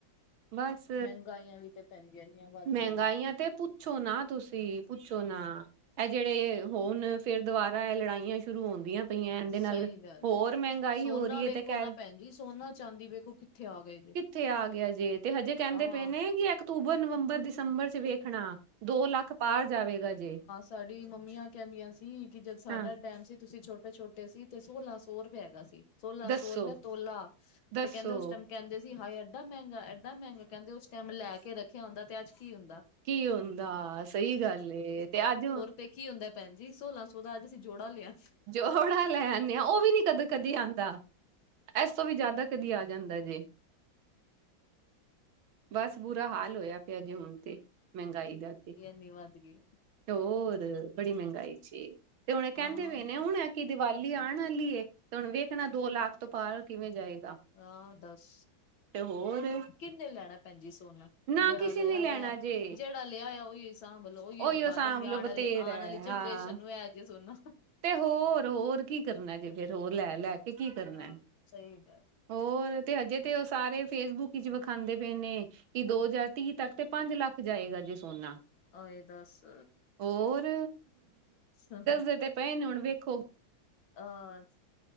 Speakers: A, on the right (about 85°); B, on the left (about 80°).
A: ਬਸ
B: ਮਹਿੰਗਾਈਆਂ ਵੀ ਤੇ ਭੈਣ ਜੀ ਇੰਨੀਆਂ ਵੱਧ
A: ਮਹਿੰਗਾਈਆਂ
B: ਗਈਆਂ ਨੇ
A: ਤੇ ਪੁੱਛੋ ਨਾ ਤੁਸੀਂ? ਪੁੱਛੋ ਨਾ, ਇਹ ਜਿਹੜੇ ਹੋਣ ਫਿਰ ਦੁਬਾਰਾ ਇਹ ਲੜਾਈਆਂ ਸ਼ੁਰੂ ਹੋਦੀਆਂ ਪਈਆ ਇੰਦੇ ਦੇ ਨਾਲ,
B: ਸਹੀ ਗੱਲ
A: ਹੋਰ
B: ਹੈ
A: ਮਹਿੰਗਾਈ
B: ਸੋਨਾ
A: ਹੋ ਰਹੀ
B: ਵੇਖੋ
A: ਹੈ ਤੇ ਕਹਿ
B: ਨਾ ਭੈਣ ਜੀ ਸੋਨਾ ਚਾਂਦੀ ਵੇਖੋ ਕਿੱਥੇ ਆ ਗਏ ਜੇ
A: ਕਿੱਥੇ ਆ ਗਿਆ ਜੇ, ਤੇ ਹਜੇ ਕਹਿੰਦੇ
B: ਆਹ
A: ਪਏ ਨੇ ਕਿ ਇੱਕ ਅਕਤੂਬਰ, ਨਵੰਬਰ, ਦਿਸੰਬਰ 'ਚ ਵੇਖਣਾ, ਦੋ ਲੱਖ ਪਾਰ ਜਾਵੇਗਾ ਜੇ
B: ਤਾਡੀ ਮੰਮੀਆਂ ਕਹਿੰਦੀਆਂ ਸੀ ਕਿ ਜਦ ਸਾਡਾ
A: ਹਾਂ
B: ਟੈਮ ਸੀ ਤੁਸੀਂ ਛੋਟ ਤੇ ਛੋਟੇ ਸੀ ਤੇ ਸੋਲਾਂ ਸੋ ਰੁਪਇਆ ਹੈਗਾ ਸੀ, ਸੋਲਾਂ
A: ਦੱਸੋ
B: ਸੋ ਰੁਪਇਆ ਤੋਲਾ,
A: ਦੱਸੋ
B: ਤੇ ਕਹਿੰਦੇ ਉਸ ਟੈਮ ਕਹਿੰਦੇ ਸੀ ਹਾਏ ਐਡਾ ਮਹਿੰਗਾ- ਐਡਾ ਮਹਿੰਗਾ, ਕਹਿੰਦੇ ਉਸ ਟੈਮ ਲੈ ਕੇ ਰੱਖਿਆ ਹੁੰਦਾ ਤੇ ਅੱਜ ਕੀ ਹੁੰਦਾ।
A: ਕੀ ਹੁੰਦਾ, ਸਹੀ ਗੱਲ ਏ, ਤੇ ਆਜੋ
B: ਤੇ ਕੀ ਹੁੰਦਾ ਭੈਣ ਜੀ, ਸੋਲਾਂ ਸੋ ਦਾ ਅੱਜ ਅਸੀਂ ਜੋੜਾ ਲਿਆ।
A: ਜੋੜਾ ਲੈ ਆਨੇ ਆ, ਉਹ ਵੀ ਨੀ ਕਦੇ- ਕਦੇ ਆਂਦਾ। ਐਸ ਤੋਂ ਵੀ ਜ਼ਿਆਦਾ, ਕਦੀ ਆ ਜਾਂਦਾ ਜੇ ਬਸ ਬੁਰਾ ਹਾਲ ਹੋਇਆ ਪਿਆ ਜੇ ਹੁਨ ਤੇ, ਮਹਿੰਗਾਈ ਦਾ
B: ਕੀ ਐਨੀ ਵੱਧਗੀ।
A: ਤੇ ਹੋਰ, ਬੜੀ ਮਹਿੰਗਾਈ ਚੇ, ਤੇ ਹੁਣ ਇਹ ਕਹਿੰਦੇ
B: ਹਾਂ
A: ਨੇ ਹੁਣ ਐਤਕੀ ਦੀਵਾਲੀ ਆਉਣ ਵਾਲੀ ਏ, ਤੇ ਹੁਣ ਵੇਖਣਾ ਦੋ ਲਾੱਖ ਤੋਂ ਪਾਰ ਕਿਵੇਂ ਜਾਏਗਾ।
B: ਆਂ ਦੱਸ,
A: ਤੇ ਹੋਰ
B: ਕਿੰਨੇ ਲੈਣਾ ਪੈਂਜੀ ਸੋਨਾ
A: ਨਾ
B: ਜੇੜਾ
A: ਕਿਸੇ
B: ਲਿਆ
A: ਨੇ ਲੈਣਾ
B: ਹੋਇਆ,
A: ਜੇ
B: ਜੇੜਾ ਲਿਆ ਹੋਇਆ ਉਹੀ ਸਾਂ ਵਲੋ ਉਹੀ
A: ਉਹੀਓ
B: ਵਿਖਾਦਾਂਗੇ,
A: ਸਾਂਭ ਲੋ
B: ਆਉਣ
A: ਬਥੇਰਾ
B: ਵਾਲੀ, ਆਉਣ ਵਾਲੀ ਜਨਰੇਸ਼ਨ
A: ਹਾਂ
B: ਨੂੰ ਐ ਜਾ ਸੋਨਾ
A: ਤੇ ਹੋਰ, ਹੋਰ ਕੀ ਕਰਨਾ ਜੇ ਫਿਰ ਹੋਰ ਲੈ- ਲੈ ਕੇ ਕੀ ਕਰਨਾ।
B: ਹਾਂ ਸਹੀ ਗੱਲ
A: ਹੋਰ, ਤੇ ਹਜੇ ਤੇ ਉਹ ਸਾਰੇ ਫੇਸਬੁੱਕ ਵਿਚ ਵਿਖਾਂਉਦੇ ਪਏ ਨੇ, ਕਿ ਦੋ ਹਜ਼ਾਰ ਤੀਹ ਤੱਕ ਤੇ ਪੰਜ ਲੱਖ ਜਾਏਗਾ ਜੀ ਸੋਨਾ,
B: ਓਏ ਦੱਸ
A: ਹੋਰ
B: ਸਾ ਹਾਂ
A: ਕਰਦੇ ਪਏ ਨੇ ਹੁਣ ਵੇਖੋ
B: ਅਹ,